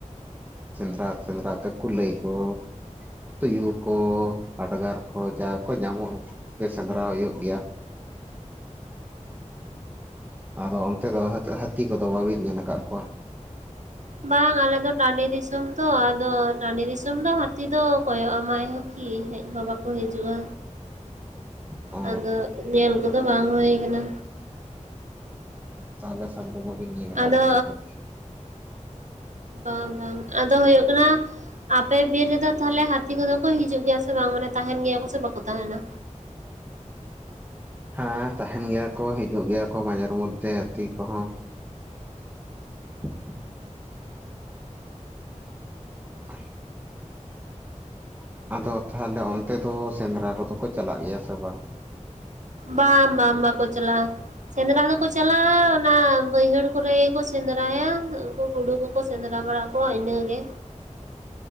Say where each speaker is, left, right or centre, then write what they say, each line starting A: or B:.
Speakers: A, on the right; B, on the right.
A: ᱥᱮᱸᱫᱽᱨᱟ ᱥᱮᱸᱫᱽᱨᱟ ᱛᱮ ᱠᱩᱞᱟᱹᱭ ᱠᱚ ᱛᱳᱭᱳ ᱠᱚ ᱦᱟᱰᱜᱟᱨ ᱠᱚ ᱡᱟᱦᱟᱸ ᱠᱚ ᱧᱟᱢᱚᱜ ᱜᱮ ᱥᱮᱸᱫᱽᱨᱟ ᱦᱩᱭᱩᱜ ᱜᱮᱭᱟ᱾ ᱟᱫᱚ ᱚᱱᱛᱮ ᱫᱚ ᱦᱟᱹᱛᱤ ᱠᱚᱫᱚ ᱵᱟᱹᱵᱤᱱ ᱧᱮᱞ ᱟᱠᱟᱫ ᱠᱚᱣᱟ?
B: ᱵᱟᱝ ᱟᱞᱮᱫᱚ ᱴᱟᱺᱰᱤ ᱫᱤᱥᱚᱢ ᱛᱚ ᱟᱫᱚ ᱴᱟᱺᱰᱤ ᱫᱤᱥᱚᱢ ᱫᱚ ᱦᱟᱹᱛᱤ ᱫᱚ᱾ ᱠᱚᱭᱚᱜᱼᱟᱢᱟᱭ ᱠᱤ ᱦᱮᱡ ᱦᱚ ᱵᱟᱠᱚ ᱦᱤᱡᱩᱜᱼᱟ
A: ᱚᱻ
B: ᱟᱫᱚ ᱧᱮᱞ ᱠᱚᱫᱚ ᱵᱟᱝ ᱦᱩᱭ ᱟᱠᱟᱱᱟ᱾
A: ᱛᱟᱞᱦᱮ ᱠᱷᱟᱱ ᱫᱚ ᱠᱚᱵᱤᱱ ᱧᱮᱞ ᱠᱟᱫ
B: ᱟᱫᱚ
A: ᱠᱚᱣᱟ᱾ ᱟᱨᱠᱤ
B: ᱵᱟᱝ ᱵᱟᱝ ᱟᱫᱚ ᱦᱩᱭᱩᱜ ᱠᱟᱱᱟ ᱟᱯᱮ ᱵᱤᱨ ᱨᱮᱫᱚ ᱛᱟᱦᱚᱞᱮ ᱦᱟᱹᱛᱤ ᱠᱚᱫᱚ ᱠᱚ ᱦᱤᱡᱩᱜ ᱜᱮᱭᱟ ᱥᱮ ᱵᱟᱝ ᱢᱟᱱᱮ ᱛᱟᱦᱮᱱ ᱜᱮᱭᱟ ᱠᱚ ᱥᱮ ᱵᱟᱠᱚ ᱛᱟᱦᱮᱱᱟ?
A: ᱦᱮᱸ ᱛᱟᱦᱮᱱ ᱜᱮᱭᱟ ᱠᱚ ᱦᱤᱡᱩᱜ ᱜᱮᱭᱟ ᱠᱚ ᱢᱟᱡᱷᱮᱨ ᱢᱚᱫᱽᱫᱷᱮ ᱦᱟᱛᱤ ᱠᱚᱦᱚᱸ <inaudible> <inaudible> ᱟᱫᱚ ᱛᱟᱦᱚᱞᱮ ᱚᱱᱛᱮ ᱫᱚ ᱥᱮᱸᱫᱽᱨᱟ ᱠᱚᱫᱚ ᱠᱚ ᱪᱟᱞᱟᱜ ᱜᱮᱭᱟ ᱥᱮ ᱵᱟᱝ?
B: ᱵᱟᱝ ᱵᱟᱝ ᱵᱟᱠᱚ ᱪᱟᱞᱟᱜᱼᱟ᱾ ᱥᱮᱸᱫᱽᱨᱟ ᱫᱚᱠᱚ ᱪᱟᱞᱟᱜᱼᱟ ᱚᱱᱟ ᱵᱟᱹᱭᱦᱟᱹᱲ ᱠᱚᱨᱮ ᱜᱮ ᱠᱚ ᱥᱮᱸᱫᱽᱨᱟᱭᱟ ᱩᱱᱠᱞ ᱜᱩᱰᱩ ᱠᱚᱠᱚ ᱥᱮᱸᱫᱽᱨᱟ ᱵᱟᱲᱟ ᱠᱚᱣᱟ ᱤᱱᱟᱹᱜᱮ